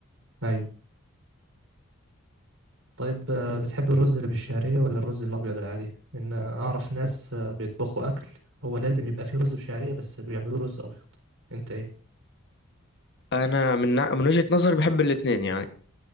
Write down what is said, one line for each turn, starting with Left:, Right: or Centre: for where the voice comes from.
Right: ايوه طيب آه، بتحب الرز اللي بالشعرية ولا الرز الابيض العادي ان آه، اعرف ناس آه، بيطبخوا اكل هو لازم يبقى فيه رز بشعرية بس بيعملوه رز ابيض انت ايه
Left: أنا من من وجهة نظري بحب الاتنين يعني